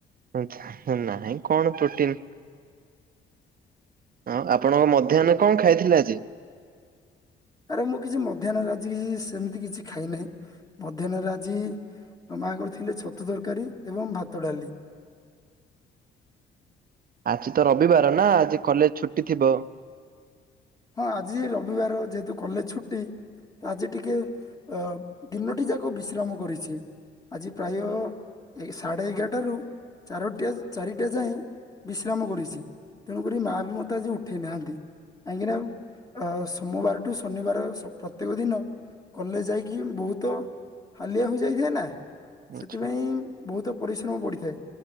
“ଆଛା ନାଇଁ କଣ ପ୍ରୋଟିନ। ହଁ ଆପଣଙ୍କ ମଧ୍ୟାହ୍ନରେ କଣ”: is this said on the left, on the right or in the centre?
Right